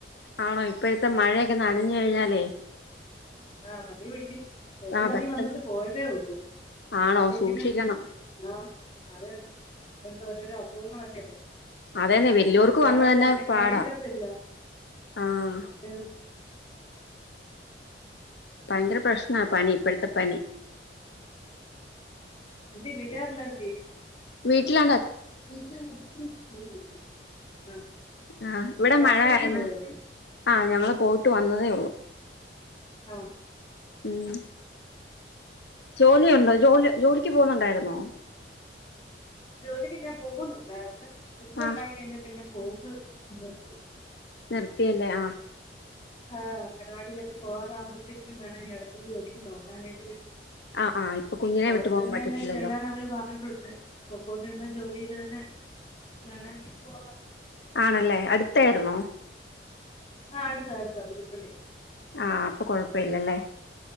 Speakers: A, on the left; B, on the left.
A: ആണോ ഇപ്പോഴത്തെ മഴയൊക്കെ നനഞ്ഞു കഴിഞ്ഞാലേ
B: ആ പനി പിടിക്കും ഒരുത്
A: ആഹ്
B: പനി
A: പെട്ടെന്ന്
B: വന്നിട്ട് പോയതേ ഉള്ളൂ അപ്പത്തേക്കിനും
A: ആണോ സൂക്ഷിക്കണം
B: ആ അത അത്തെ ഓരോരോ അസുഖങ്ങളൊക്കെല്ലേ
A: അതന്നെ വല്യോർക്ക്
B: അത് പിള്ളരോട്
A: വന്ന് തന്നെ
B: പറഞ്ഞ
A: പാടാ
B: കേക്കത്തില്ല
A: ആഹ്
B: <unintelligible>
A: ഭയങ്കര പ്രശ്ന പനി ഇപ്പഴത്തെ പനി
B: എന്ത് വീട്ടാരല്ലർല്ല
A: വീട്ടിലാ
B: ആ
A: ആ ഇവിടെ
B: രാത്രിക്ക്
A: മഴ ആയിരുന്നു
B: പോയോ
A: ആ ഞങ്ങള് പോയിട്ട് വന്നതേ ഉള്ളു
B: ആ
A: മ് ജോലിയ ഉണ്ടോ ജോലി ജോലിക്ക് പോുന്നുണ്ടായിരുന്നോ
B: ജോലിക്ക് ഞാൻ പോകുന്നുണ്ടായിന്ന് കുഞ്ഞെ
A: ആഹ്
B: ഉണ്ടായി കഴിഞ്ഞാ പിന്നെ പോക നിർത്തി
A: നിർത്തിയല്ലേ ആ
B: ആഹ് അനവാടിയിലൊക്കെ പോകറാകുമ്പഴത്തേക്കും വേണം ഞ അടുത്തരു ജോലിക്ക് നോക്കാനായിട്ട് വേണ്ടി
A: ആഹ് ആഹ് ഇപ്പൊ കുഞ്ഞിനെ
B: അവിടെ
A: വിട്ടു പോകാൻ
B: തന്നെയല്ലേ
A: പറ്റത്തില്ലല്ലോ
B: ചെല്ലാൻ അവര് പറഞ്ഞിട്ടുണ്ട് പോൊയിക്കൊണ്ടിരുന്ന ജോലിൽ തന്നെ വേണെ പോകാം
A: ആണല്ലേ അടുത്തായിുന്നോ
B: ആ അടുത്താ അടുത്താ ബതുുപ്പള്ളി
A: ആഅപ്പൊ കൊഴപ്പില്ലല്ലേ